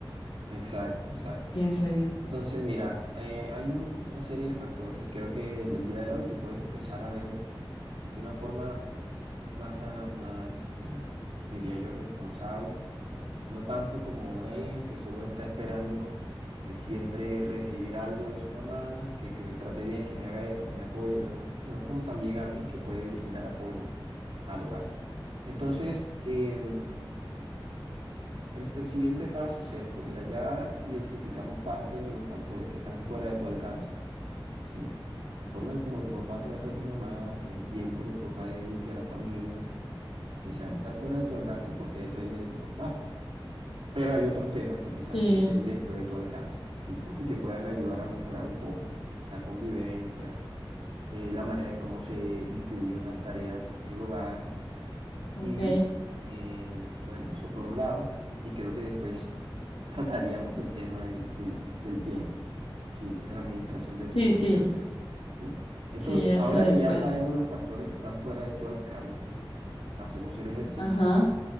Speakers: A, on the right; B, on the left.
A: Exacto, exacto.
B: pienso yo.
A: Entonces, mira, eh, hay un- una serie de factores y creo que del día de hoy tú puedes empezar a ver de una forma más, a- más eh, diría yo, responsable, no tanto como una hija que solo está esperando eh, siempre recibir algo de su mamá, que, que me trate bien, que me haga esto, que me apoye, no, no, sino como también alguien que puede brindar apoyo al hogar. Entonces, em, El, el siguiente paso es este. Mira, ya identificamos parte de los factores que están fuera de tu alcance, ¿sí? La forma en cómo tu papá trata a tu mamá, el tiempo que tu papá dedique a la familia, quizás está fuera de tu alcance porque depende de tu papá. Pero hay otros temas que quizás
B: Sí,
A: estén dentro de tu alcance, ¿listo? Y que puedan ayudar a mejorar un poco la convivencia, eh, la manera en cómo se distribuyen las tareas en el hogar
B: ok.
A: y, eh, bueno, eso por un lado. Y creo que después trataríamos el tema del, del- del tiempo, que la administración de
B: Sí,
A: tu tiempo
B: sí,
A: personal, ¿sí? Entonces,
B: sí, eso
A: ahora
B: después.
A: que ya sabemos los factores que están fuera de tu alcance, hacemos el ejercicio,
B: Ajá.